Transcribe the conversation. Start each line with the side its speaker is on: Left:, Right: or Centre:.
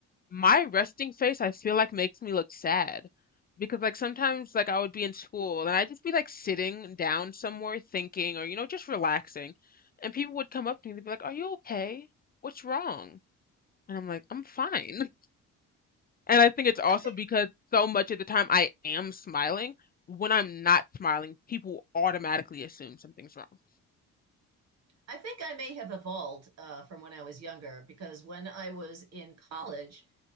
Left: my resting face I feel like makes me look sad because like sometimes like I would be in school and I'd just be like sitting down somewhere thinking or you know just relaxing and people would come up to me and they'd be like, "Are you okay? What's wrong?" And I'm like, "I'm fine." <laughs> And I think it's also
Right: I think
Left: because so much of the time I am smiling. When I'm not smiling, people automatically assume something's wrong.
Right: I think I may have evolved uh, from when I was younger because when I was in college,